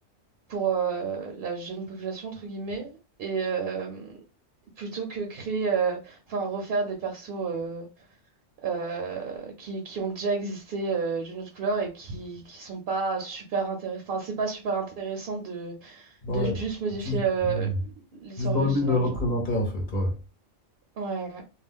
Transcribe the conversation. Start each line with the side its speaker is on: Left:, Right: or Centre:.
Right: pour euh, la jeune population entre guillemets et euh, plutôt que créer euh, enfin refaire des persos euh, euh, qui, qui ont déjà existé euh, d'une autre couleur et qui, qui sont pas super intéressants. Enfin, c'est pas super intéressant de,
Left: Ouais,
Right: de juste modifier
Left: juste,
Right: euh,
Left: ouais.
Right: l'histoire
Left: Juste dans
Right: originale,
Left: le but de la représenter
Right: genre.
Left: en fait, ouais.
Right: Ouais, ouais.